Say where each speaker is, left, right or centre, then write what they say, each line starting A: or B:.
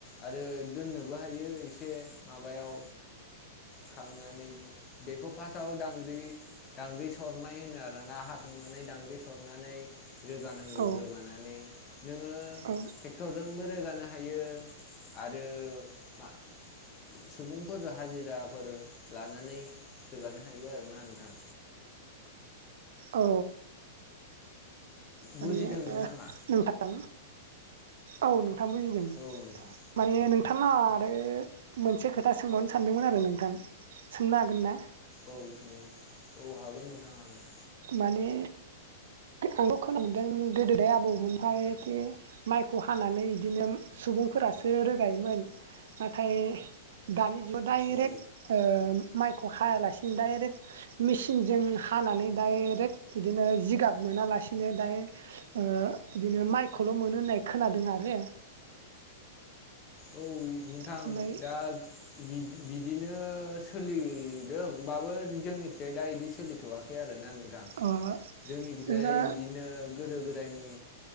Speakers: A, on the left; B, on the right.
A: आरो दोननोबो हायो इसे माने माबायाव खालामनानै बेखौ फार्स्टआव दांग्रि दांग्रि सरनाय होनो आरोना हाखांनानै दांग्रि सरनानै रोगानांगौ
B: औ
A: रोगानानै नोङो
B: औ
A: ट्रेक्टरजोंबो रोगानो हायो आरो मा सुबुंफोर हाजिराफोर लानानै रोगानो हायो आरोना नोंथां।
B: औ माने
A: बुजिदों नोंथाङा?
B: नोंथां औ नोंथां बुजिदों।
A: औ नोंथां
B: माने नों थाङा आरो मोनसे खोथा सोंबावनो सानदोंमोन आरो नोंथां सोंनो हागोन ना?
A: औ सोंनो औ हागोन नोंथां हागोन।
B: माने आंबो खोनानो मोनदों गोदोदाय आबौमोनफ्राय खि माइखौ हानानै बिदिनो सुब बुंफोरासो रोगायोमोन। नाथाय दानि डाइरेक्ट
A: औ
B: माइखौ हायालासिनो डाइरेक्ट मेसिनजों हानानै डाइरेक्ट बिदिनो जिगाब मोनालासिनो दाय ओ बिदिनो माइखौल' मोनो होननाय खोनादों आरो।
A: औ नोंथां
B: ओमफ्राय
A: दा बिदि बिदिनो सोलिदोंबाबो जोंनिथिंजाय दा बिदि सोलिथ'वाखै आरोना नों थां।
B: ओ
A: जोंनिखैजाय
B: नोंना
A: बिदिनो गोदो गोदा दायनि